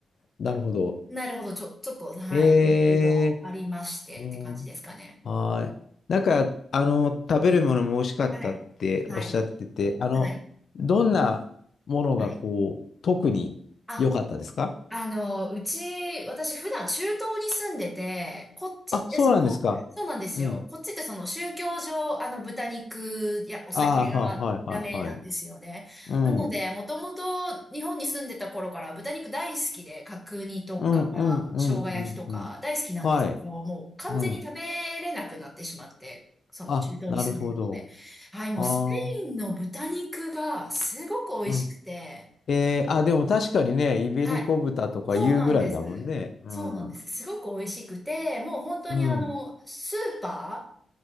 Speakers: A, on the left (about 50°); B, in the centre.
A: なるほど。
B: なるほど、ちょ、ちょっと、はい。
A: え
B: いろいろありましてって感じですかね。
A: ー、ね、はーい。なんか、あの、食べるものも美味しかったっておっしゃってて、
B: はい。はい。
A: あの、
B: はい。
A: どんなものがこう、
B: はい。
A: 特に良かったですか
B: あ、あの、うち、私普段中東に住んでて、こっちってその、
A: あ、そうなんですか。
B: そうなんですよ。
A: うん。
B: こっちってその宗教上、あの、豚肉やお酒がダメなんですよね。
A: ああ、はいはいはいはい。うん。
B: なので、もともと日本に住んでた頃から豚肉大好きで、角煮とか、
A: うんうんうんうんうん。
B: 生姜焼きとか大好きなんですけど、
A: はい。
B: もう完全に食べれなくなってしまって、
A: うん。
B: その中東に住んでるので。
A: あ、なるほど。
B: はい、もうスペインの豚肉がすごく美味しくて、
A: ああ。うん。えー、あ、でも確かにね、イベリコ豚とか言うぐらいだもんね。
B: はい。そうなんです。
A: うん。
B: そうなんです。すごく美味しくて、もう本当にあの、
A: うん、
B: スーパ